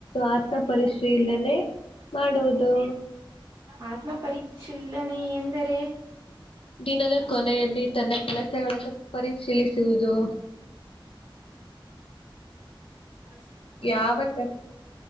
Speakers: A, on the left; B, on the right.
A: ಆತ್ಮ ಪರಿಶೀಲನೆ ಮಾಡುವುದು.
B: ಆತ್ಮ ಪರಿಶೀಲನೆ ಎಂದರೆ,
A: ದಿನದ ಕೊನೆಯಲ್ಲಿ ತನ್ನ ಕೆಲಸಗಳನ್ನು ಪರಿಶೀಲಿಸುವುದು.
B: ಹ್ಮ <unintelligible>
A: ಯಾವ ತಪ್ಪು